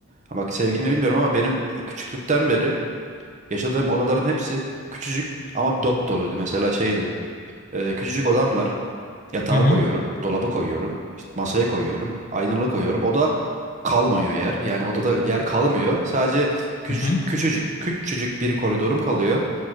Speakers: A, on the right (about 35°); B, on the left (about 40°).
A: Ha, bak sevgilini bilmiyorum ama benim e, küçüklükten beri yaşadığım odaların hepsi küçücük ama dop doluydu. Mesela şeydi. e, küçücük odam var. Yatağa
B: hı hı,
A: koyuyorum, dolaba koyuyorum, işte masaya koyuyorum, aynalığa koyuyorum. O da kalmıyor yer. Yani odada yer kalmıyor. Sadece küçücük
B: hı hı.
A: küçücük küçücük bir koridorum kalıyor.